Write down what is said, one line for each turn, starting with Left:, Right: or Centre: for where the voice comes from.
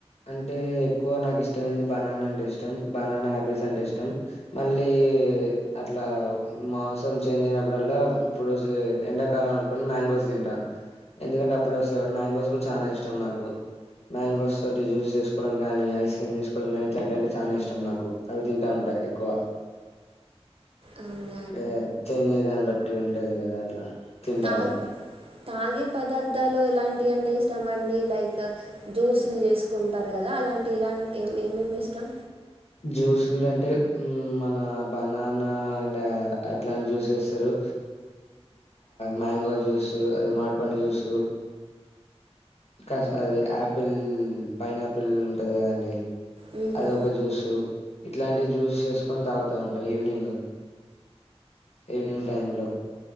Left: అంటే ఎక్కువ నాకు ఇష్టమైంది బనానా అంటే ఇష్టం బనానా ఆపిల్స్ అంటే ఇష్టం మళ్ళీ అట్లా మాసం చేంజ్ అయినప్పుడల్లా ఇప్పుడు ఎండాకాలం అనుకో ని మ్యాంగోస్ తింటా ఎందుకంటే అప్పుడు వస్తయి గాబట్టి మ్యాంగోస్ కూడా చానా ఇష్టం నాకు మ్యాంగోస్ తోటి జ్యూస్ చేసుకోవడం గాని ఐస్ క్రీమ్ చేసుకోవడం కాని ఇట్లాంటి అంటే చాలా ఇష్టం నాకు అవి తింటా ఉంట ఎక్కువ
Right: అవును
Left: వ చేంజయ్యే దాన్ని బట్టి ఉంటది కదా అట్లా తింటా
Right: తాగి
Left: ఉంటా
Right: తాగే పదార్థాలు ఎలాంటివి అంటే ఇస్టమండి లైక్ జ్యూసులు చేసుకుంటారు కదా అలాంటి ఇలాంటి ఏ ఏమేమి ఇష్టం
Left: జ్యూస్లు అంటే మన బనానా అండ్ అట్లాంటి జ్యూస్ వేస్తరు మాంగో జూసూ అద మాడిపండు జూసూ కా అది ఆపిల్ పైనాపిల్ ఉంటది కదండి
Right: మ్మ్.
Left: అదొక జ్యూస్ ఇట్లాంటి జ్యూస్ వేసుకొని తాగుతా ఉంటా ఈవినింగ్ ఈవినింగ్ టైంలో